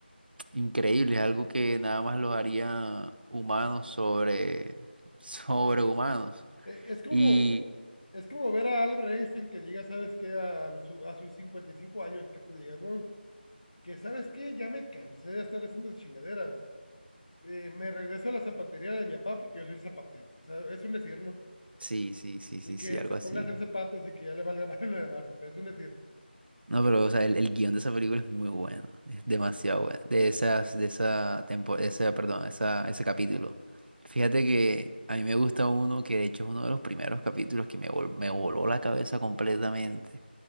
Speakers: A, on the right; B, on the left.
A: increíbles, algo que nada más los haría humanos sobre, <laughs> sobre humanos.
B: E- Es, como,
A: Y
B: es como ver a Albert Einstein que diga, ¿sabes qué? A, los, a sus 55 años que tú digas, ¿no? Que, ¿sabes qué? Ya me cansé de estar haciendo esas chingaderas eh, me regreso a la zapatería de mi papá porque yo soy zapatero. O sea, es un decir, ¿no?
A: Sí, sí, sí, sí,
B: Y que
A: sí, algo
B: se ponga
A: así.
B: a hacer zapatos y que ya le valga <laughs> más lo demás. O sea, es un decir.
A: No, pero o sea, el, el guión de esa película es muy bueno, es demasiado bueno. De esas, de esa tempo, esa, perdón, esa, ese capítulo. Fíjate que a mí me gusta uno que de hecho es uno de los primeros capítulos que me, vol- me voló la cabeza completamente.